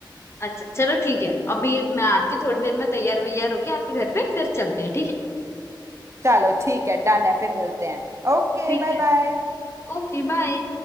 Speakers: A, on the left (about 30°); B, on the right (about 35°).
A: अच्छा चलो ठीक है अभी मैं आती हूँ थोड़ी देर में तैयार वैयार होके आपके घर पे फिर चलते हैं ठीक है
B: चलो ठीक है डन है फिर मिलते हैं Okay
A: ठीक
B: bye
A: है
B: bye
A: ओके बाय